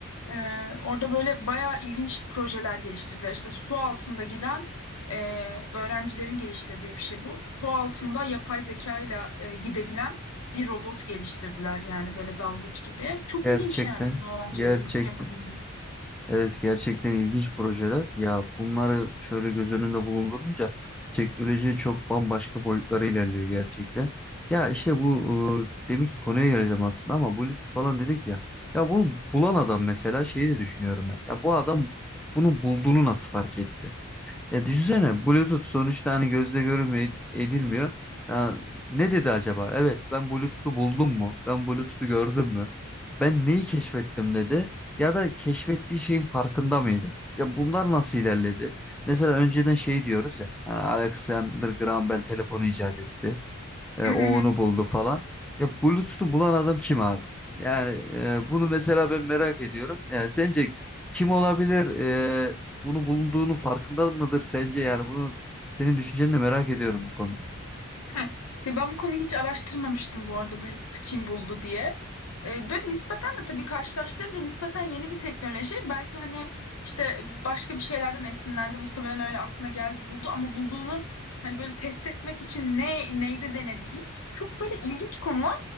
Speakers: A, on the left; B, in the centre.
A: Ee, orada böyle bayağı ilginç projeler geliştirdiler. İşte su altında giden e, öğrencilerin geliştirdiği bir şey bu. Su altında yapay zeka ile gidebilen bir robot geliştirdiler yani böyle dalgıç gibi. Çok
B: Gerçekten,
A: ilginç yani bunu öğrencilerin
B: gerçekten.
A: yapabilmesi.
B: Evet gerçekten ilginç projeler. Ya bunları şöyle göz önünde bulundurunca teknoloji çok bambaşka boyutlara ilerliyor gerçekten. Ya işte bu e, demin ki konuya geleceğim aslında ama Bluetooth falan dedik ya. Ya bunu bulan adam mesela şeyi de düşünüyorum ben. Ya bu adam bunu bulduğunu nasıl fark etti? Ya düşünsene Bluetooth sonuçta hani gözle görülmüyor edilmiyor. Ya ne dedi acaba? Evet ben Bluetooth'u buldum mu? Ben Bluetooth'u gördüm mü? Ben neyi keşfettim dedi. Ya da keşfettiği şeyin farkında mıydı? Ya bunlar nasıl ilerledi? Mesela önceden şey diyoruz ya. Hani Alexander Graham Bell telefonu icat etti. E,
A: <laughs>
B: o onu buldu falan. Ya Bluetooth'u bulan adam kim abi? Yani e, bunu mesela ben merak ediyorum. Yani sence kim olabilir? E, bunu bulunduğunun farkında mıdır sence? Yani bunu senin düşünceni de merak ediyorum bu konuda.
A: <laughs> Heh. Ya ben bu konuyu hiç araştırmamıştım bu arada Bluetooth kim buldu diye. Ee, böyle nispeten de tabii karşılaştırınca nispeten yeni bir teknoloji. Belki hani işte başka bir şeylerden esinlendi muhtemelen öyle aklına geldi buldu ama bulduğunu hani böyle test etmek için ne neyde denedi ilk. Çok böyle ilginç konular